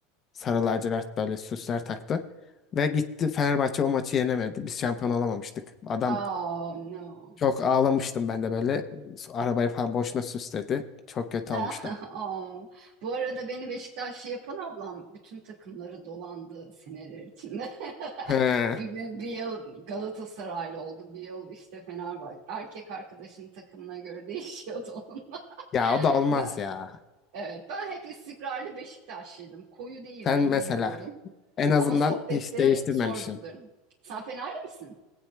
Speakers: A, on the left; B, on the right.
A: Sarı lacivert böyle süsler taktı. Ve gitti Fenerbahçe o maçı yenemedi. Biz şampiyon olamamıştık. Adam
B: Oh no.
A: çok ağlamıştım ben de böyle. Arabayı falan boşuna süsledi. Çok
B: <laughs>
A: kötü
B: Aa,
A: olmuştu.
B: Bu arada beni Beşiktaşlı yapan ablam bütün takımları dolandı seneler içinde. <laughs>
A: He.
B: Bir gün bir yıl Galatasaraylı oldu, bir yıl işte Fenerbahçe. Erkek arkadaşının takımına göre <laughs> değişiyordu onun.
A: Ya o da olmaz
B: Ben,
A: ya.
B: evet, ben hep istikrarlı Beşiktaşlıydım. Koyu değildim,
A: Sen mesela
B: bilmiyordum.
A: en azından
B: Ama sohbette
A: hiç değiştirmemişsin.
B: sorduklarını. Sen Fenerli misin?